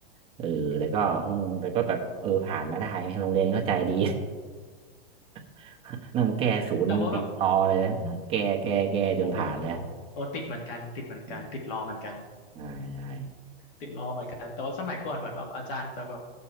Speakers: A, on the right; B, on the left.
A: เออแต่ก็อืมแต่ก็แบบเออผ่านมาได้โรงเรียนก็ใจดี
B: อืม
A: <laughs> นั่งแก้ศูนย์ติดรอเลยนะแก้แก้แก้จนผ่านเลยอะ
B: แต่ว่าแบบโอ้โหโอ้ติดเหมือนกันติดเหมือนกันติดรอเหมือนกัน
A: อืมใช่ใช่
B: ติดรอเหมือนกันแต่ว่าสมัยก่อนเหมือนแบบอาจารย์จะแบบ